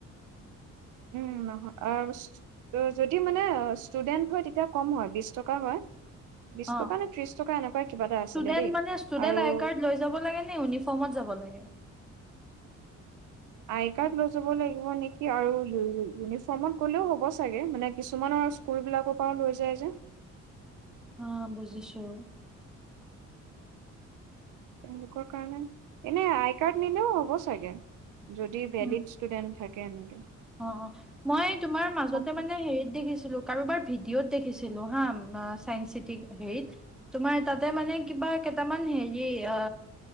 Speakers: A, on the right; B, in the centre.
A: উম নহয় আহ যদি মানে ষ্টুডেন্ট হয় তেতিয়া কম হয় বিশ টকা হয় বিশ
B: অ
A: টকা নে ত্ৰিশ টকা এনেকুৱা কিবা এটা আছিলে
B: ষ্টুডেন্ট
A: দেই
B: মানে ষ্টুডেন্ট
A: আৰু
B: আয় কাৰ্ড লৈ যাব লাগে নে ইউনিফৰ্মত যাব যাব লাগে
A: আই কাৰ্ড লৈ যাব লাগিব নেকি আৰু ইউ ইউনিফৰ্মত গ'লেও হ'ব চাগে মানে কিছুমানৰ স্কুলবিলাকৰ পৰা লৈ যায় যে
B: অ বুজিছো
A: তেওঁলোকৰ কাৰণে এনে আই কাৰ্ড নিলেও হ'ব চাগে যদি ভেলিড
B: উম।
A: ষ্টুডেন্ট হয় কে আনিলো
B: অ অ মই তোমাৰ মাজতে
A: হয়
B: মানে হেৰিত দেখিছিলো কাৰোবাৰ ভিডিঅত দেখিছিলো ছিলো বা মা চাইন চেতিং হেৰীত তোমাৰ তাতে মানে কিবা কেইটামান হেৰী হ অ